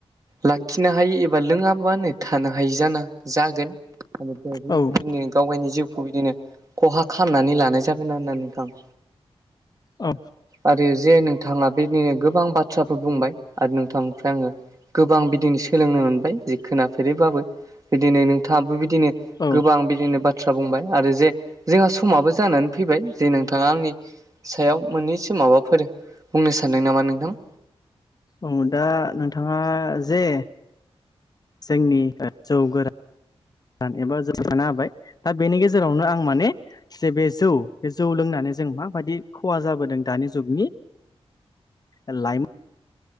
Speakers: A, on the right (about 30°); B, on the left (about 35°).
A: लाखिनो हायि एबा लोङाबानो थानो हायि जाना जागोन। गावगायनि
B: औ
A: जिउखौ बिदिनो खहा खामनानै लानाय जागोन आरोना नोंथां।
B: ओ।
A: आरो जे नोंथाङा बेदिनो गोबां बा बाथ्राफोर बुंबाय आरो नोंथांनिफ्राय आङो गोबां बिदिनो सोलोंनो मोनबाय जे खोनाफेरैबाबो बिदिनो नोंथाङाबो बिदिनो
B: औ
A: गोबां बिदिनो बा थ्रा बुंबाय आरो जे जोंहा समाबो जानानै फैबाय जे नोंथाङा आंनि सायाव मोननैसो माबाफोर बुंनो सानदों नामा नोंथां?
B: अ दा नोंथाङा जे जोंनि जौ गोरा न एबा जौ <unintelligible> बाय दा बेनि गेजेरावनो आं माने जे बे जौ बे जौ लोंनानै जों माबायदि खहा जाबोदों दानि जुगनि लाइमोन